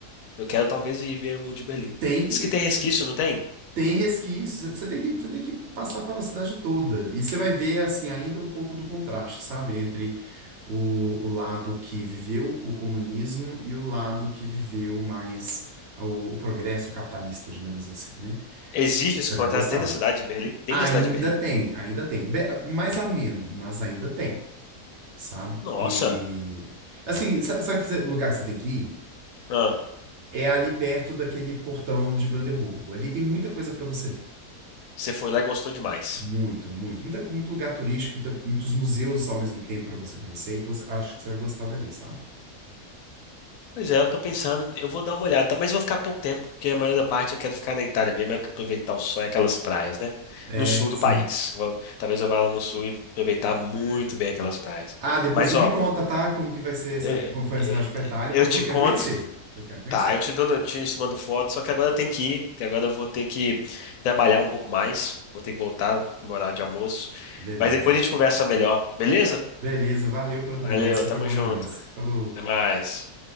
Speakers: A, on the left; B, on the right.
A: Eu quero talvez ir ver o Muro de Berlim.
B: Tem que.
A: Diz que tem resquício, não tem?
B: Tem resquícios, você tem que, você tem que passar pela cidade toda. E você vai ver, assim, ainda um pouco do contraste, sabe? Entre o, o lado que viveu o comunismo e o lado que viveu mais o, o progresso capitalista, digamos assim, né?
A: Existe
B: Você
A: esse contrato
B: vai gostar.
A: dentro da cidade de Berlim? Dentro
B: Ainda
A: da cidade de Berlim?
B: tem, ainda tem. Be- mais ameno, mas ainda tem, sabe?
A: Nossa,
B: E, assim, sa- sabe que lugar que você tem que ir?
A: Ah,
B: É ali perto daquele portão de Brandeburgo. Ali tem muita coisa para você ver.
A: você foi lá e gostou demais.
B: Muito, muito. Muita, muito lugar turístico, muita- muitos museus ao mesmo tempo para você conhecer. Então, cê- acho que você vai gostar dali, sabe?
A: Pois é, eu tô pensando, eu vou dar uma olhada, mas vou ficar pouco tempo, porque a maioria da parte eu quero ficar na Itália mesmo, eu quero aproveitar o sol e aquelas praias, né?
B: É,
A: No sul do
B: sim.
A: país. Vou- talvez eu vá lá no sul e aproveitar muito bem aquelas praias.
B: Ah, depois
A: Mas,
B: você
A: ó,
B: me conta, tá? Como que vai ser essa,
A: é-
B: como foi
A: é-
B: essa viagem pra Itália,
A: eu,
B: porque
A: te
B: eu quero
A: conto,
B: conhecer. Eu quero conhecer.
A: tá, eu te dou notícias, te mando foto, só que agora eu tenho que ir, que agora eu vou ter que trabalhar um pouco mais, vou ter que voltar no meu horário de almoço,
B: Beleza.
A: mas depois a gente conversa melhor, beleza?
B: Beleza, valeu pela conversa,
A: Valeu, tamo
B: foi bom
A: junto,
B: demais. Falou.
A: até mais.